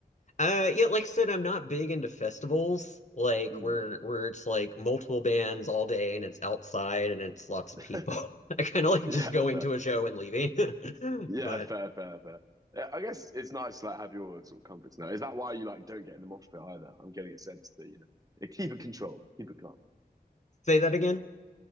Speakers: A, on the left; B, on the right.
A: Uh, yeah, like I said, I'm not big into festivals, like
B: them?
A: where where it's like multiple bands all day and it's outside and it's lots of
B: Mm.
A: people. <laughs>
B: <laughs>
A: I kind of like
B: Yeah,
A: just going
B: fair.
A: to a show and leaving. <laughs>
B: Yeah,
A: But
B: fair, fair, fair. Yeah, I guess it's nice to like have your sort of comforts now. Is that why you like don't get in the mosh pit either? I'm getting a sense that you know yeah, keep it controlled, keep it calm.
A: say that again.